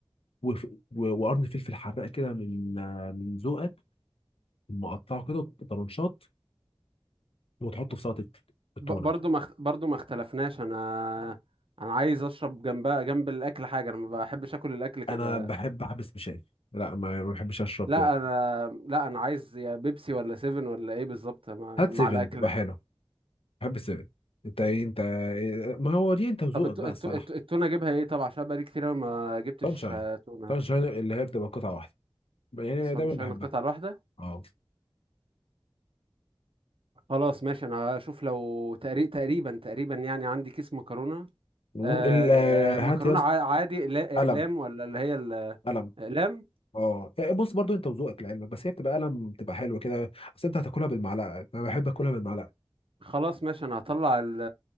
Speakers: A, on the left; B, on the right.
A: و... و... وقرن فلفل حراق كده من آه، من ذوقك مقطعه كده طرنشات وتحطه في سلطة التونة
B: ب- برضو ما اخت- برضو ما اختلفناش انا انا عايز اشرب جنبها جنب الاكل حاجه انا ما بحبش اكل الاكل كده
A: انا بحب احبس بشاي لا ما ما بحبش اشرب
B: لا
A: كده
B: انا لا انا عايز يا بيبسي ولا سيفن ولا ايه بالظبط مع...
A: هات
B: مع
A: سيفن
B: الاكله
A: تبقى حلو بحب السيفن انت ايه انت إيه؟ ما هو دي انت وذوقك
B: طب الت...
A: بقى
B: الت...
A: الصراحه
B: الت... التونه اجيبها ايه طب عشان بقالي كتير أوي ما جبتش
A: سانشاين
B: آه، تونه
A: سانشاين اللي هي بتبقى قطعه واحده يعني أنا
B: اصلا
A: دايما
B: مش
A: بحبها
B: هنا القطعه الواحده
A: اه
B: خلاص ماشي انا هشوف لو تقري... تقريبا تقريبا يعني عندي كيس مكرونه
A: مم،
B: آه...
A: ال-
B: آه، المكرونه
A: هات يا اسطى
B: ع- عادي لا-
A: قلم
B: اقلام ولا اللي هي الاقلام
A: قلم اه إيه، بص برضو انت وذوقك لعلمك بس هي بتبقى قلم بتبقى حلوه كده بس انت هتاكلها بالمعلقه انا بحب اكلها بالمعلقه
B: خلاص ماشي انا هطلع ال-